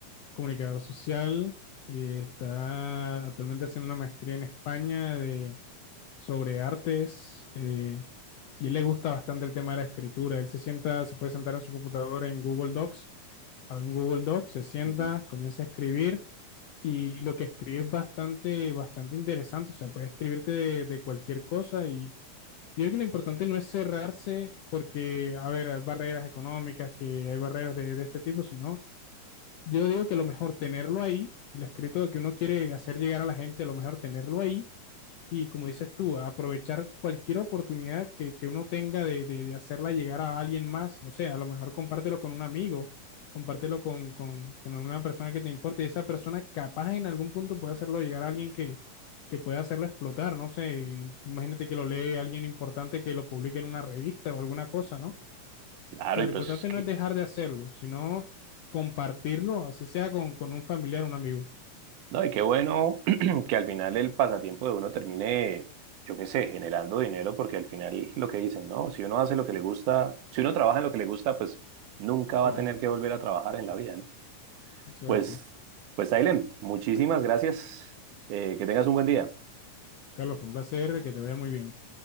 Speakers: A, on the left; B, on the right.
A: comunicador social y está actualmente haciendo una maestría en España de, sobre artes eh, y él le gusta bastante el tema de la escritura. Él se sienta, se puede sentar en su computadora en Google Docs, abre un Google Docs, se sienta,
B: Mm.
A: comienza a escribir y lo que escribe es bastante, bastante interesante. O sea, puede escribirte de de cualquier cosa y Yo creo que lo importante no es cerrarse porque, a ver, hay barreras económicas, que hay barreras de, de este tipo, sino yo digo que lo mejor tenerlo ahí, el escrito que uno quiere hacer llegar a la gente, lo mejor tenerlo ahí y como dices tú, aprovechar cualquier oportunidad que, que uno tenga de, de, de, hacerla llegar a alguien más, no sé, a lo mejor compártelo con un amigo, compártelo con, con, con alguna persona que te importe y esa persona capaz en algún punto puede hacerlo llegar a alguien que, que pueda hacerlo explotar, no sé, imagínate que lo lee alguien importante que lo publique en una revista o alguna cosa, ¿no? O
B: Claro,
A: sea,
B: y
A: lo
B: pues
A: importante
B: que,
A: no es dejar de hacerlo, sino compartirlo, así sea con, con un familiar, un amigo,
B: no, y qué bueno <clears throat> que al final el pasatiempo de uno termine, yo qué sé, generando dinero, porque al final lo que dicen, ¿no? Si uno hace lo que le gusta, si uno trabaja en lo que le gusta, pues nunca va
A: claro,
B: a tener que volver a trabajar en la vida, ¿no?
A: eso
B: Pues,
A: es así.
B: pues, Ailem, muchísimas gracias. Eh, que tengas un buen día.
A: Carlos, fue un placer, que te vaya muy bien.